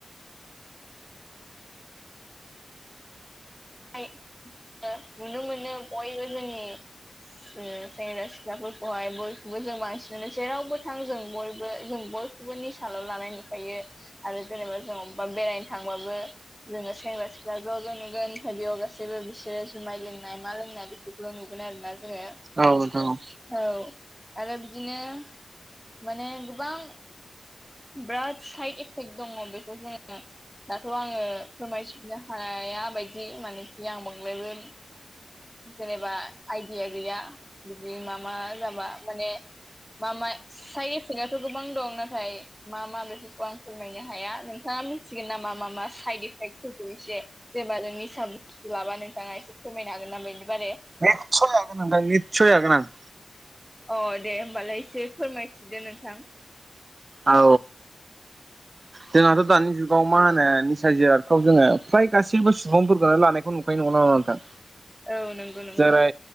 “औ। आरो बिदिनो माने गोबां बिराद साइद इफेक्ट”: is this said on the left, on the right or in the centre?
Centre